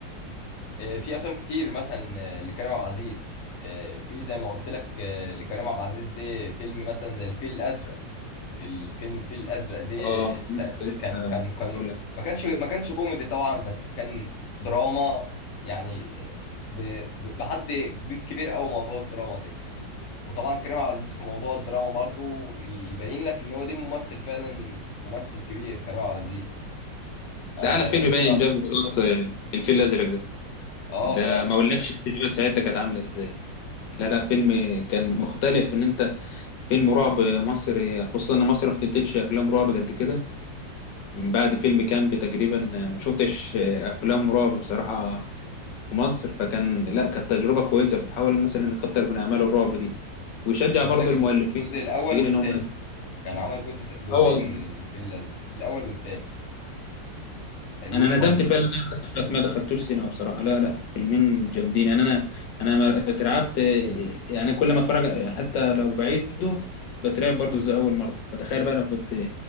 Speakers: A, on the left; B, on the left.
A: آه، في افلام كتير مثلا آه، لكريم عبد العزيز آه، في زي ما قلت لك آه، لكريم عبد العزيز دي فيلم مثلا زي الفيل الازرق الفيلم الفيل الازرق دي
B: اه
A: تا-
B: كنت لسه
A: كان كان كان
B: هقول لك
A: ما كانش ما كانش كوميدي طبعا بس كان دراما يعني آه، ب- ب- بحد كبير قوي موضوع الدراما دي وطبعا كريم عبد العزيز في موضوع الدراما برضو يبين لك ان هو ده ممثل فعلا ممثل كبير كريم عبد العزيز آه
B: ده اعلى فيلم
A: اشتهر
B: باين جاب ايرادات آه، الفيل الازرق ده
A: اه
B: ده
A: فعلا
B: ما اقولكش السيناريوهات ساعتها كانت عامله ازاي لا لا فيلم كان مختلف ان انت فيلم رعب مصري خصوصا ان مصر ما بتنتجش افلام رعب قد كده من بعد فيلم كامب تقريبا ما شفتش افلام رعب بصراحه في مصر فكان لا كانت تجربه كويسه بحاول مثلا نكتر من اعمال الرعب دي ويشجع
A: خلي
B: برضو
A: بالك
B: المؤلفين
A: الجزء الاول
B: المنتجين
A: والتاني
B: ان هم
A: كان عمل جزء جزئين
B: اه والله
A: من الفيل الازرق الاول والتاني حلوين
B: انا ندمت
A: برضو
B: فعلا ان انا دخلت ما دخلتوش سينما بصراحه لا لا فيلمين جامدين يعني انا انا ما اترعبت يعني أنا كل ما اتفرج حتى لو بعيده بترعب برضو زي اول مره فتخيل بقى لو كنت